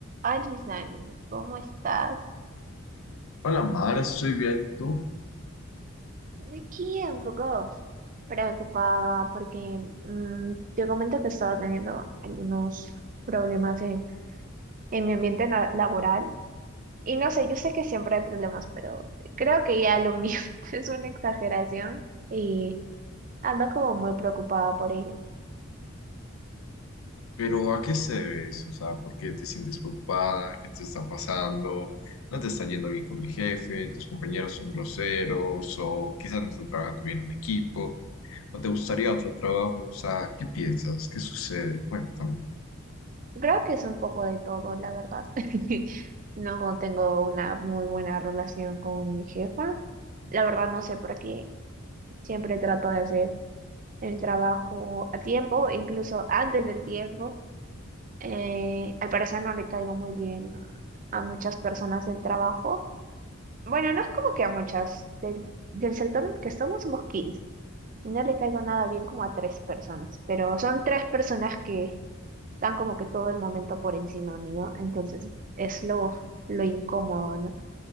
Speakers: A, on the right; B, on the left.
A: Alison, ¿cómo estás?
B: Hola, Mar, estoy bien, ¿y tú?
A: Aquí un poco preocupada porque mm, te comento que he estado teniendo algunos problemas en, en mi ambiente la- laboral. Y no sé, yo sé que siempre hay problemas, pero creo que ya lo mío <laughs> es una exageración y ando como muy preocupada por ello.
B: Pero ¿a qué se debe eso? O sea, ¿por qué te sientes preocupada? ¿Qué te está pasando? ¿No te está yendo bien con el jefe? ¿Tus compañeros son groseros? ¿O quizás no están trabajando bien en equipo? ¿O te gustaría otro trabajo? O sea, ¿qué piensas? ¿Qué sucede? Cuéntame.
A: Creo que es un poco de todo, la verdad. <laughs> No tengo una muy buena relación con mi jefa. La verdad no sé por qué. Siempre trato de hacer el trabajo a tiempo, incluso antes del tiempo. Eh, al parecer no le caigo muy bien a, a muchas personas del trabajo. Bueno, no es como que a muchas. Del, del sector en el que estamos somos 15 y no le caigo nada bien como a tres personas, pero son tres personas que están como que todo el momento por encima mío, entonces es lo, lo incómodo, ¿no?